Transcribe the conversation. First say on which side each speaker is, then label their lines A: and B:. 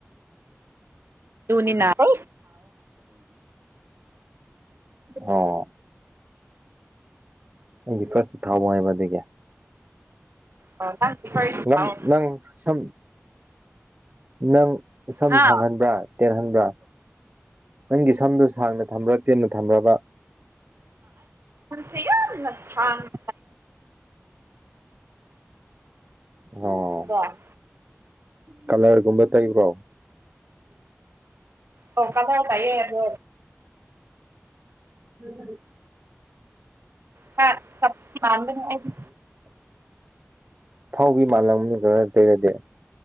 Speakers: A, on the right (about 55°); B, on the right (about 40°).
A: ꯑꯗꯨꯅꯤꯅꯕ
B: ꯑꯣ ꯑꯩꯒꯤ ꯐꯥꯔꯁꯇ ꯊꯥꯎꯕ ꯍꯥꯏꯕ ꯑꯗꯨꯗꯒꯤ
A: ꯑꯣ ꯅꯪꯒꯤ ꯐꯥꯔꯁ
B: ꯅ
A: ꯊꯥꯎ
B: ꯅꯪ ꯁ ꯅꯪ ꯁꯝ
A: ꯍꯥ
B: ꯁꯥꯡꯍꯟꯕ꯭ꯔꯥ ꯇꯦꯟꯍꯟꯕ꯭ꯔꯥ ꯅꯪꯒꯤ ꯁꯝꯗꯨ ꯁꯥꯡꯅ ꯊꯝꯕ꯭ꯔꯥ ꯇꯦꯟꯅ ꯊꯝꯕ꯭ꯔꯕ
A: ꯁꯦ ꯌꯥꯅ ꯁꯥꯡ
B: ꯑꯣ
A: ꯋꯥ
B: ꯀꯂꯔꯒꯨꯝꯕ ꯇꯥꯏꯕ꯭ꯔꯣ
A: ꯑꯣ ꯀꯗꯥ ꯇꯌꯦꯔꯦ
B: <unintelligible>
A: ꯈꯔ ꯃꯥꯟꯕꯅꯦ ꯑꯩꯗꯤ
B: ꯐꯥꯎꯕꯤ ꯃꯥꯜꯂꯝꯅꯤ ꯈꯔ ꯇꯩꯔꯗꯤ